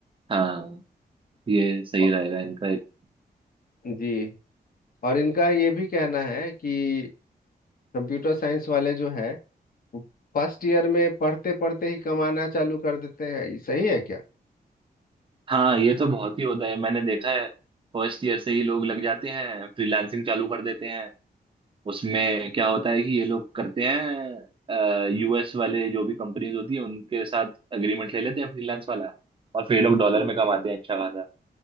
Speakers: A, on the right (about 30°); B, on the left (about 60°).
A: हाँ ये सही
B: औ-
A: रहेगा इनका एक
B: जी और इनका ये भी कहना है कि कंप्यूटर साइंस वाले जो है वो फर्स्ट ईयर में पढ़ते पढ़ते ही कमाना चालू कर देते हैं ये सही है क्या
A: हाँ ये तो बहुत ही होता है मैंने देखा है फर्स्ट ईयर से ही लोग लग जाते हैं फ्रीलांसिंग चालू कर देते हैं उसमें क्या होता है कि ये लोग करते हैं यूएस वाले जो भी कंपनीज होती है उनके साथ एग्रीमेंट ले लेते हैं फ्रीलांस वाला और फिर ये लोग डॉलर में कमाते हैं अच्छा खासा